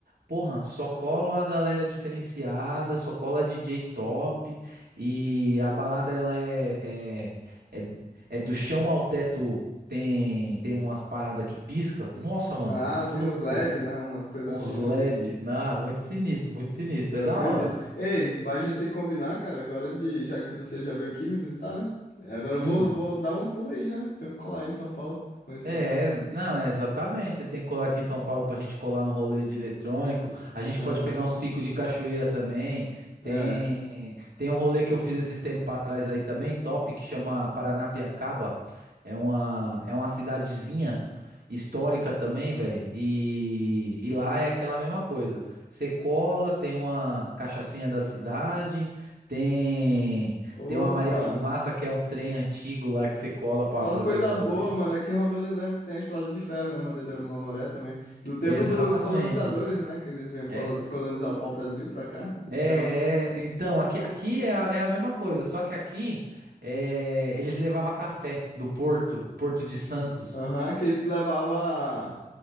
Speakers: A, on the right (about 80°); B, on the left (about 80°).
A: Porra, só cola uma galera diferenciada, só cola DJ top e a balada ela é, é, é, é do chão ao teto, tem, tem umas paradas que pisca. Nossa, mano,
B: Ah,
A: muita
B: sim,
A: loucura.
B: uns LED, né? Umas coisas
A: Uns
B: assim, né?
A: LED, na muito sinistro, muito sinistro,
B: Eu
A: é
B: acredito.
A: da hora.
B: Ei, vai, a gente tem que combinar, cara, agora de, já que você já veio aqui me visitar, né? É, Agora
A: Hum.
B: eu vou, vou dar um pulo aí, né? Tenho que colar aí em São Paulo pra conhecer.
A: É, ex- não, é exatamente. Você tem que colar aqui em São Paulo pra gente colar no rolê de eletrônico. A gente
B: Aham.
A: pode pegar uns picos de cachoeira também.
B: É.
A: Tem, tem um rolê que eu fiz esses tempos pra trás aí também, top, que chama Paranapiacaba. É uma, é uma cidadezinha histórica também, velho. E, e lá é aquela mesma coisa. Você cola, tem uma cachaçinha da cidade, tem,
B: Opa!
A: tem uma Maria Fumaça, que é um trem antigo lá que você cola
B: Só
A: pra fazer
B: coisa
A: um rolê.
B: boa, mano. Aqui em Rondônia eu lembro que tem a Estrada de Ferro, né? Madeira do Mamoré também. Do tempo
A: Exatamente.
B: dos colonizadores, né? Que eles vinham colo-
A: É,
B: colonizar o pau-brasil pra cá. Então.
A: é, é, então, aqui, aqui é, a é a mesma coisa, só que aqui é, eles levavam café do Porto, Porto de Santos.
B: Aham, que eles levavam.